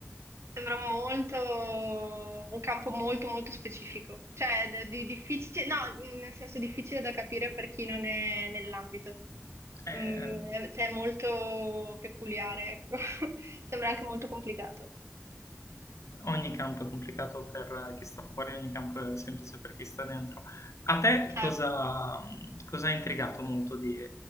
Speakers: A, on the right; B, on the left.
A: Sembra molto, un campo molto molto specifico, cioè de- di, difficile, no, nel senso difficile da capire per chi non è nell'ambito,
B: Eh,
A: Mm, cioè è molto peculiare, ecco. <laughs> Sembra anche molto complicato.
B: Ogni campo è complicato per chi sta fuori, ogni campo è semplice per chi sta dentro. A te
A: Certo,
B: cosa, cosa ha intrigato molto di...